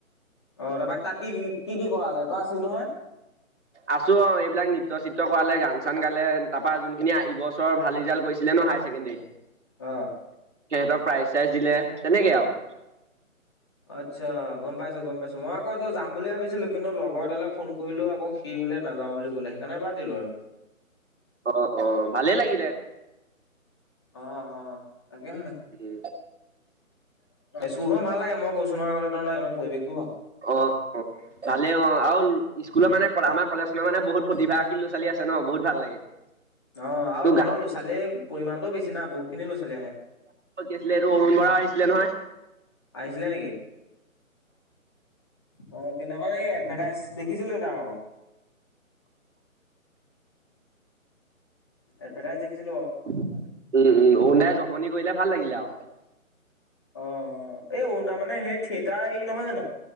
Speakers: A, on the left; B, on the right.
A: অঁ তাৰপৰা তাত কি কি কি কি কৰালে তই আছিলি নহয়।
B: আছো অঁ' এইবিলাক নৃত্য চিত্ৰ কৰালে গান চান গালে তাৰপা যোনখিনি এইবছৰৰ ভাল ৰিজাল্ট কৰিছে- ছিলে ন হায়াৰ ছেকেণ্ডাৰীত-
A: অঁ!
B: সিহঁতক প্ৰাইজ চাইজ দিলে তেনেকে আও।
A: আচ্ছা গম পাইছো গম পাইছো মই আকৌ যাম বুলি ভাবিছিলো কিন্তু লগৰ এটালে- ফোন কৰিলো আকৌ সি বোলে নাযাওঁ বুলি ক'লে সেইকাৰণে বাদ দিলো আও।
B: অঁ অঁ ভালেই লাগিলে-
A: অঁ অঁ তাকেহে।
B: <inaudible>
A: স্কুল খন ভাল লাগে মই গৈছোঁ নহৈ আগতে তই পৰিৱেশটো ভাল-
B: অঁ অঁ- ভালে অ' আৰু স্কুলৰ মানে আমাৰ কলেজ খনত মানে বহুত প্ৰতিভশীল ল'ৰা ছোৱালী আছে ন বহুত ভাল লাগে। <inaudible>
A: অঁ আৰু
B: তোৰ
A: তহঁতৰ
B: গান
A: ল'ৰা ছোৱালীৰ পৰিমাণটো বেছি না বহুতখিনি ল'ৰা ছোৱালী আহে।
B: কি আছিলে এইটো অৰুণ বৰা আহিছিলে নহয়।
A: আহিছিলে নেকি অঁ সিদিনাখন এয়াত এভাদাইজ দেখিছিলোঁ তাক আকৌ আদবেটাইছ দেখিছিলো আৰু-
B: উমঁ উমঁ অৰুণ দাই জমনি কৰিলে ভাল লাগিলে আও।
A: অঁ এই অৰুণ দা মানে সেই থিয়েটাৰ এই নহয় জানো-